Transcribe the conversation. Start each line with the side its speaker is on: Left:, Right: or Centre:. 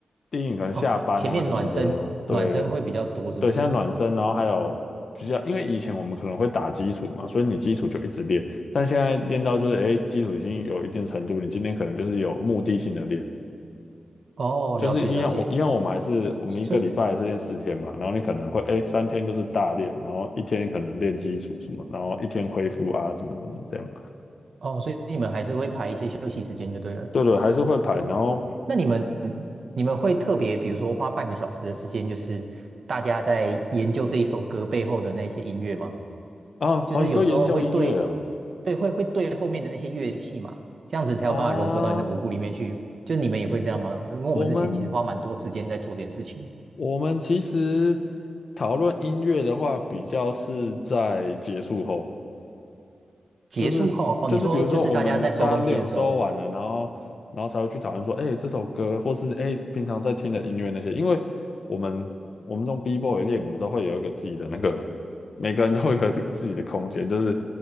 Left: 第一，你可能下班啊什么的，
Right: 哦，前面暖身暖身会比较多，
Left: 对
Right: 是不是？
Left: 对，现在暖身，然后还有比较，因为以前我们可能会打基础嘛，所以你基础就一直练，但现在练到就是哎，基础已经有一定程度，你今天可能就是有目的性的练，
Right: 哦，
Left: 就是一样我一样我们还是我们一个礼拜还是练四天嘛，
Right: 了解了解。所以
Left: 然后你可能会哎三天就是大练，然后一天可能练基础什么，然后一天恢复啊怎么怎么这样。
Right: 哦，所以你们还是会排一些休息时间就对了。
Left: 对对，还是会排。然后
Right: 那你们你们会特别，比如说花半个小时的时间，就是大家在研究这一首歌背后的那些音乐吗？
Left: 啊啊，
Right: 就是有时候会对，
Left: 你说研究音乐哦
Right: 对，会会对后面的那些乐器嘛，这样子才有办法融合到你的舞步里面去。
Left: 啊，
Right: 就你们也会这样吗？因为我们之前其实花蛮多时间在做这件事情。
Left: 我们我们其实讨论音乐的话，比较是在结束后。
Right: 结束后，
Left: 就是就是比如说我们大家练有时候完了，
Right: 哦，你说就是大家在收东西的时候，
Left: 然后然后才会去讨论说，哎、这首歌或是哎、平常在听的音乐那些，因为我们我们这种 B-boy 练舞都会有一个自己的那个，每个人都会有这个自己的空间，就是